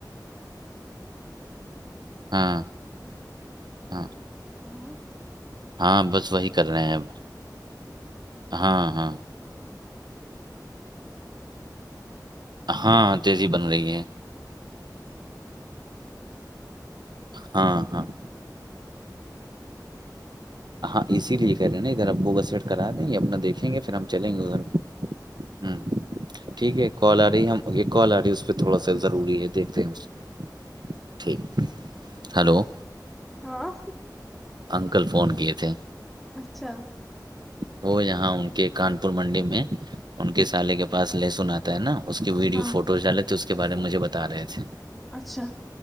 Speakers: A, on the right; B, in the centre.
A: ہاں ہاں
B: اور
A: ہاں بس وہی کر رہے ہیں اب ہاں ہاں ہاں تیزی بن رہی ہے ہاں ہاں ہاں اسی لیے کہہ رہے نا ادھر ابو کو سیٹ کرا دیں گے‌اپنا دیکھیں گے پھر ہم چلیں گے ادھر ہمم ٹھیک ہے کال آ رہی ہم یہ کال آ رہی ہے اس پہ تھوڑا سا ضروری ہے دیکھتے ہیں ٹھیک ہلو
B: ہاں
A: انکل فون کیے تھے
B: اچھا
A: وہ یہاں ان کے کانپور منڈی میں ان کے سالی کے پاس لہسن آتا ہے نا اس کے ویڈیو
B: ہاں
A: فوٹو جالے تھے اس کے بارے میں مجھے بتا رہے تھے
B: اچھا